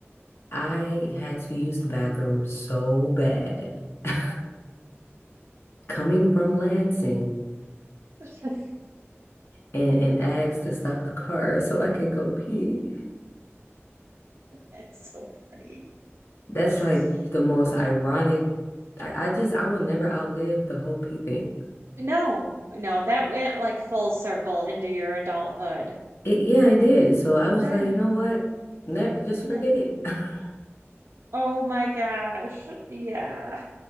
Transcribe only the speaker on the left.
I had to use the bathroom so bad. <laughs> coming from Lansing
and, and asked to stop the car so I could go pee.
That's
like the
most ironic. I, I just, I will never outlive the whole pee thing.
It, yeah, it did. So I was
like, you know what? Ne just
forget it. <laughs>